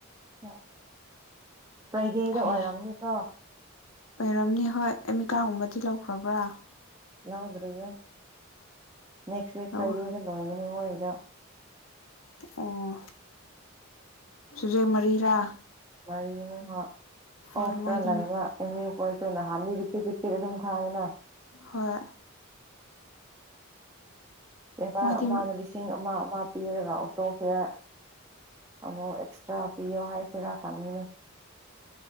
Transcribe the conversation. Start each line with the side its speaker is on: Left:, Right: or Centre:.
Right: ꯑ ꯐ꯭ꯔꯥꯏꯗꯦꯗ
Left: ꯍꯩ
Right: ꯑꯣꯏꯔꯝꯅꯤꯀꯣ
Left: ꯑꯣꯏꯔꯝꯅꯤ ꯍꯣꯏ ꯑꯦꯃꯤꯀꯥꯒꯨꯝꯕꯗꯤ ꯂꯧꯈ꯭ꯔꯕ꯭ꯔꯥ
Right: ꯍꯎꯗ꯭ꯔꯔꯤ ꯅꯦꯛꯁꯤꯛ
Left: ꯂꯧ
Right: ꯐ꯭ꯔꯩꯗꯦ ꯏꯅꯋꯥꯒꯦꯅꯤꯉꯣꯏꯒ
Left: ꯑꯣ ꯁꯨꯖꯦ ꯃꯔꯤꯔꯥ
Right: ꯃꯔꯤꯩꯅ ꯍ
Left: ꯍꯣꯏ
Right: ꯑꯣꯐꯔ
Left: ꯃꯣꯏꯗꯤ
Right: ꯂꯑꯒ ꯀꯣꯏ ꯁꯅ ꯍꯥꯟꯅꯤ ꯔꯤꯄꯤꯔ ꯔꯤꯄꯤꯔ ꯑꯗꯨꯝ ꯊꯥꯏꯑꯅ
Left: ꯍꯣꯏ
Right: ꯕꯦꯄꯥꯔ
Left: ꯃꯣꯏꯗꯤ
Right: ꯑꯃꯅ ꯂꯤꯁꯤꯡ ꯑꯃ ꯃꯥ ꯄꯤꯔꯒ ꯑꯣ ꯇꯣꯐꯌꯥ ꯑꯃꯨꯛ ꯑꯦꯛꯁꯇ꯭ꯔꯥ ꯄꯤꯌꯣ ꯍꯥꯏꯁꯤꯔꯥ ꯐꯉꯅꯦ